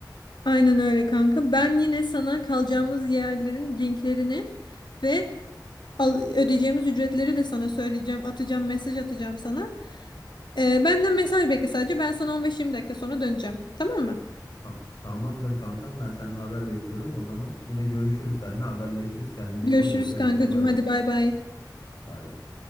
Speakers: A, on the left (about 80°); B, on the left (about 55°).
A: Aynen öyle kanka. Ben yine sana kalacağımız yerlerin linklerini ve al- ödeyeceğimiz ücretleri de sana söyleyeceğim. Atacağım, mesaj atacağım sana. Ee, benden mesaj bekle sadece. Ben sana 15-20 dakika sonra döneceğim. Tamam mı?
B: Ta- tamamdır kankam ben senden haber bekliyorum. O zaman yine görüşürüz seninle haberleşiriz. Kendine
A: Görüşürüz
B: iyi bak öpüyorum
A: kankacığım.
B: seni bay
A: Hadi
B: bay.
A: bay bay.
B: Bay bay.